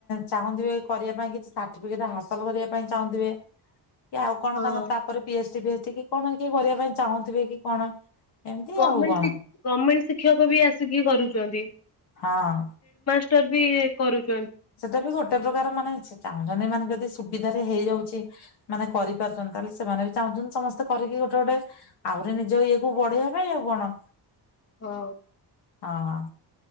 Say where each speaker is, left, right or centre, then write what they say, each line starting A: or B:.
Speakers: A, on the left; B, on the left.
A: ଚାହୁଁଥିବେ କରିବା ପାଇଁ କିଛି ସାର୍ଟିଫିକେଟ ହାସଲ କରିବା ପାଇଁ ଚାହୁଁଥିବେ! ଆଉ କଣ ତାଙ୍କ
B: ହଁ
A: ତାପରେ ପି ଏଚ ଟି ବିଚ ଏ କି କଣ କିଏ କରିବା ପାଇଁ ଚାହୁଁଥିବେ କି କଣ? ଏମିତି
B: ଗମେନ୍ଟ
A: ଆଉ କଣ
B: ଗମେର୍ଣ୍ଣମେଣ୍ଟ ଶିକ୍ଷକ ବି ଆସିକି କରୁଛି ଛନ୍ତି <unintelligible>
A: ହଁ
B: ବି କରୁଛି <unintelligible>
A: ସେଟା ବି ଗୋଟେ ପ୍ରକାର ମାନେ ଚାହୁଁଛନ୍ତି ମାନେ ଯଦି ସୁବିଧାରେ ହେଇଯାଉଛି ମାନେ କରିପାରୁଛନ୍ତି ତାହେଲେ ସେମାନେ ବି ଚାହୁଁଛନ୍ତି ସମସ୍ତେ କରିକି ଗୋଟେ ଗୋଟେ ଆହୁରି ନିଜ ଇଏ କୁ ବଢେଇବା ପାଇଁ ଆଉ କଣ
B: ହଁ
A: ହଁ